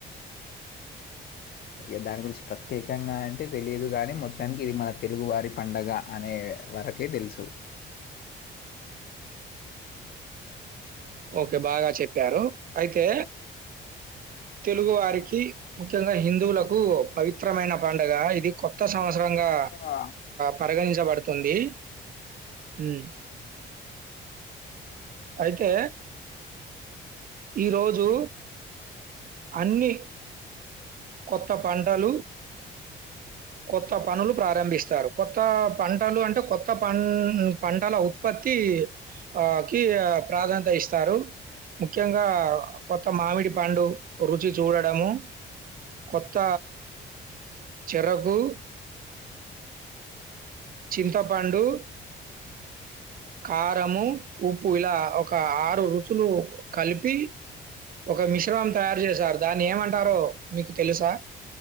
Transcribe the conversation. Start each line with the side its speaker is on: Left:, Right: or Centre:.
Left: ఇక దాని గురించి ప్రత్యేకంగా అంటే తెలియదు గానీ మొత్తానికి ఇది మన తెలుగువారి పండగ అనే వరకే తెలుసు.
Right: ఓకే బాగా చెప్ప్యారు అయితే తెలుగు వారికి ముఖ్యంగా హిందువులకు పవిత్రమైన పండుగ ఇది కొత్త సం అవసరంగా
Left: ఆ
Right: పరిగణించబడుతుంది హ్మ్ అయితే ఈరో జూ అన్నీ కొత్త పంటలు కొత్త పనులు ప్రారంభిస్తారు కొత్త పంటలు అంటే కొత్త పం పంటల ఉత్పత్తి ఆ కీ ప్రాధాన్యత ఇస్తారు ముఖ్యంగా కొత్త మామిడి పండు రుచి చూడడము కొత్త చెరకు, చింతపండు, కారము, ఉప్పు ఇలా ఒక ఆరు రుచులు కలిపి ఒక మిశ్రమం తయారు చేసారు. దాన్ని ఏమంటారో మీకు తెలుసా?